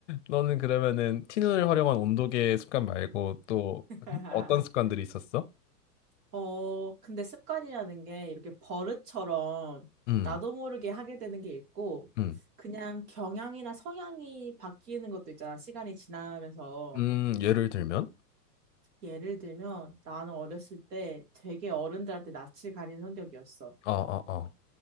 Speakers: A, on the left (about 50°); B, on the right (about 65°).
A: 너는 그러면은 티눈을 활용한 온도계 습관 말고 또
B: <laughs>
A: 어떤 습관들이 있었어?
B: 어, 근데 습관이라는 게 이렇게 버릇처럼
A: 음,
B: 나도 모르게 하게 되는 게 있고,
A: 음,
B: 그냥 경향이나 성향이 바뀌는 것도 있잖아, 시간이 지나면서.
A: 음, 예를 들면?
B: 예를 들면, 나는 어렸을 때 되게 어른들한테 낯을 가리는 성격이었어.
A: 어, 어, 어.